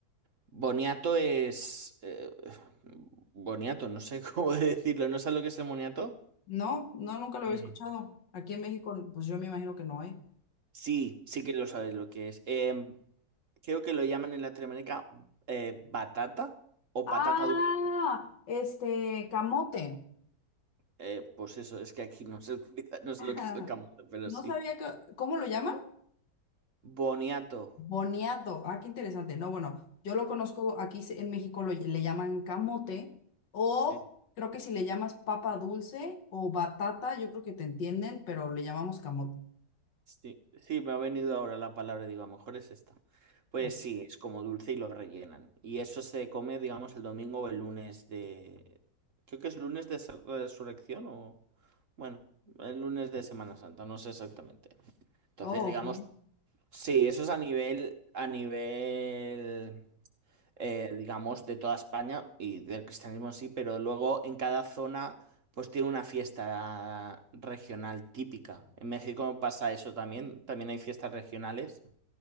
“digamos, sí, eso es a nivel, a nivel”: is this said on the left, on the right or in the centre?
Right